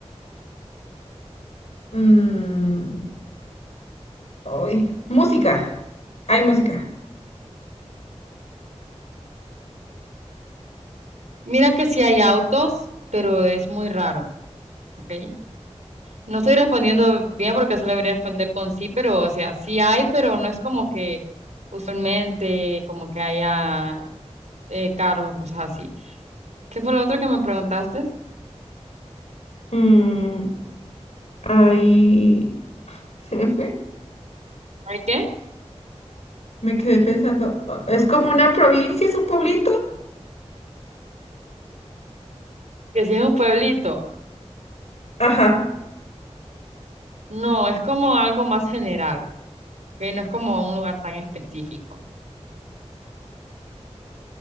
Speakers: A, on the left; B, on the right.
A: Mm, ay, música. Hay música.
B: Mira que sí hay autos, pero es muy raro, ¿ok? No estoy respondiendo bien porque solo debería responder con sí, pero o sea, sí hay, pero no es como que usualmente como que haya eh, carros o cosas así. ¿Qué fue lo otro que me preguntaste?
A: Mm, ay, se me fue.
B: ¿Hay qué?
A: Me quedé pensando. ah, Es como una provincia, es un pueblito.
B: Que si es un pueblito.
A: Ajá.
B: No, es como algo más general. que no es como un lugar tan específico.